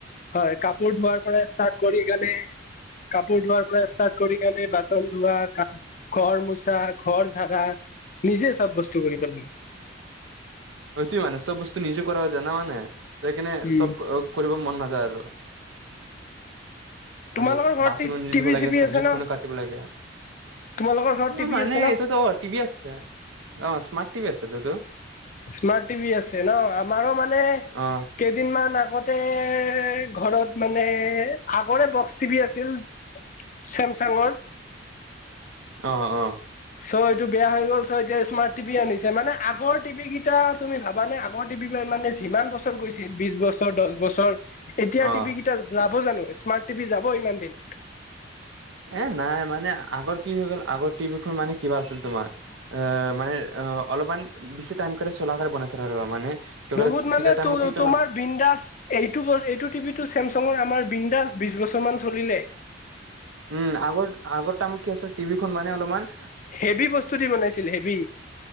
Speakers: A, on the left; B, on the right.
A: হয় কাপোৰ ধোৱাৰ পৰা ষ্টাৰ্ট কৰি কেনে কাপোৰ ধোৱাৰ পৰা ষ্টাৰ্ট কৰিণে বাচন ধোৱা ঘৰ মোচা ঘৰ জাগা নিজে চাব্যস্ত কৰি পেল
B: অ তু মানে চব বস্তু নিজে কৰা যানা মানে এইখনে
A: উম
B: সব কৰিব মন নাযায় আৰু
A: তোমালোকৰ
B: তাৰপিছত
A: ঘৰত
B: বাচনো নিজ
A: টিভি
B: ধূব লাগে
A: চিভি
B: চব্জি
A: আছে ন
B: খো কাটিব লাগে অ
A: তোমালোকৰ ঘৰত টিভি
B: মানে
A: আছে ন
B: এইটোতো অ টভি আছে অ স্মাৰ্ট টভি আছে ততো
A: স্মাৰ্ট টিভি আছে ন আমাৰো মানে
B: অ
A: কেইদিনমান আ আগতে ঘৰত মানে আগৰে বক্স টিভি আছিল চেমচাংৰ
B: অ অ
A: চ' এইটো বেয়া হৈ গ'ল চ' এতিয়া স্মাৰ্ট টিভি আনি মেগৰ টিভি কেইটা তুমি ভাবানে আগৰ টিভি মান মানে যিমান বছৰ গৈছিল বিশ বছৰ দহ বছৰ এতিয়া
B: অ
A: টিভি কেইটা যাব জানো স্মাৰ্ট টিভি যাব ইমান দিন
B: এ নাই মানে আগৰ কি হৈ গ'ল আগৰ টিভিখন মানে কিবা আছিল তোমাৰ এ মানে অ অলপমান বিচি টাইম চোলাাকে বনাইছে আৰু মানে
A: বহুত মানে
B: তেতিয়া টাইমত ইটো
A: তোমাৰ
B: নাচ
A: বিন্দাছ এইটো এইটো টিভি টো চেমচাঙৰ আমাৰ বিন্দাছ বিশ বছৰ মান চলিলে
B: উম আগৰ আগৰ তামাৰ কি আছিল টিভিখন মানে অলপমান <unintelligible>
A: হেভি বস্তু দি বনাইছিল হেভি